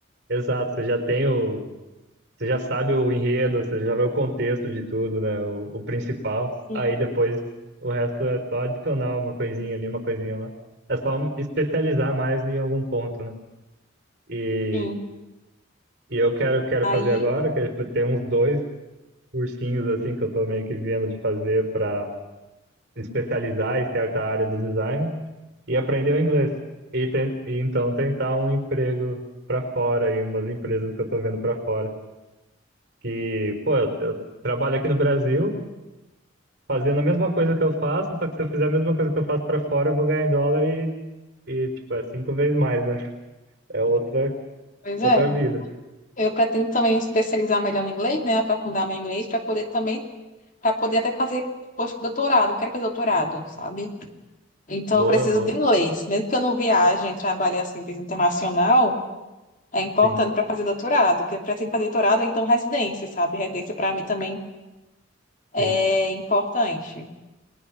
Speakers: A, on the right; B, on the left.
A: exato, você já tem o Você já sabe o enredo, você já vê o contexto de tudo, né? O, o principal.
B: Sim,
A: Aí depois o resto é só adicionar uma coisinha ali, uma coisinha lá. É só especializar mais em algum ponto, né? E,
B: sim.
A: e eu quero, quero
B: Aí,
A: fazer agora, que é, tipo, tem uns dois cursinhos assim que eu tô meio que vendo de fazer para especializar em certa área do design e aprender o inglês. E, ten- e então tentar um emprego para fora e umas empresas que eu tô vendo para fora. Que, pô, eu, eu trabalho aqui no Brasil fazendo a mesma coisa que eu faço, só que se eu fizer a mesma coisa que eu faço pra fora, eu vou ganhar em dólar e, e tipo, é cinco vezes mais, né? É outra,
B: pois é.
A: outra vida.
B: Eu pretendo também especializar melhor no inglês, né? Aprofundar meu inglês para poder também, para poder até fazer pós-doutorado. Eu quero fazer doutorado, sabe? Então,
A: Boa,
B: eu preciso
A: boa.
B: de inglês. Mesmo que eu não viaje, trabalhe assim, internacional. é importante
A: Sim,
B: para fazer doutorado, porque para fazer doutorado, é, então residência, sabe? Residência para mim também é
A: sim.
B: importante.